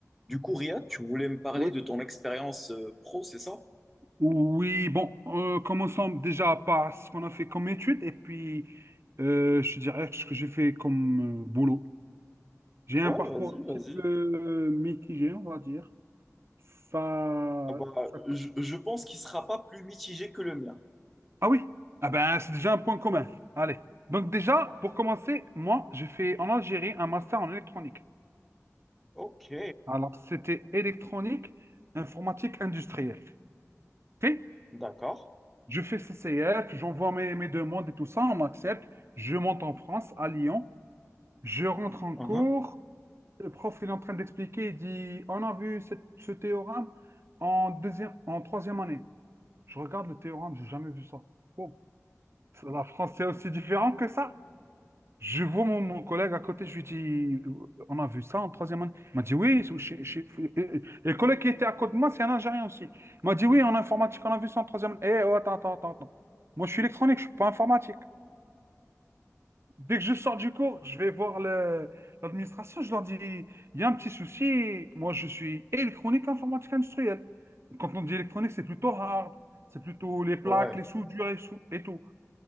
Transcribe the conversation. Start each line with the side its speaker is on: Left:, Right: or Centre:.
Centre: Du coup, Riyad, tu voulais me parler
Right: Oui.
Centre: de ton expérience euh, pro, c'est ça?
Right: Oui, bon, euh, commençons déjà par ce qu'on a fait comme études et puis euh, je te dirais ce que j'ai fait comme euh, boulot. J'ai un
Centre: Ouais,
Right: parcours
Centre: vas-y,
Right: un petit
Centre: vas-y.
Right: peu euh, mitigé, on va dire. Ça,
Centre: Ah bah,
Right: ça-
Centre: je, je pense qu'il sera pas plus mitigé que le mien.
Right: Ah oui, ah ben, c'est déjà un point commun. Allez. Donc déjà, pour commencer, moi, j'ai fait en Algérie un master en électronique.
Centre: Ok,
Right: Alors, c'était électronique, informatique industrielle. Ok
Centre: d'accord.
Right: Je fais CCF, j'envoie mes, mes demandes et tout ça, on m'accepte. Je monte en France, à Lyon. Je rentre en
Centre: Mhm.
Right: cours, le prof il est en train d'expliquer, il dit, on a vu cette- ce théorème en deuxième, en troisième année. Je regarde le théorème, j'ai jamais vu ça. Oh, ça, la France c'est aussi différent que ça. Je vois mon, mon collègue à côté, je lui dis, on a vu ça en troisième année. Il m'a dit, oui, c'est- chez- chez- et- et- et le collègue qui était à côté de moi, c'est un Algérien aussi. Il m'a dit, oui, en informatique, on a vu ça en troisième année. Eh, oh, attends, attends, attends, attends. Moi, je suis électronique, je ne suis pas informatique. Dès que je sors du cours, je vais voir le- l'administration, je leur dis, il y a un petit souci, moi je suis électronique informatique industrielle. Quand on dit électronique, c'est plutôt hard, c'est plutôt les plaques,
Centre: Ouais,
Right: les soudures et, sou- et tout.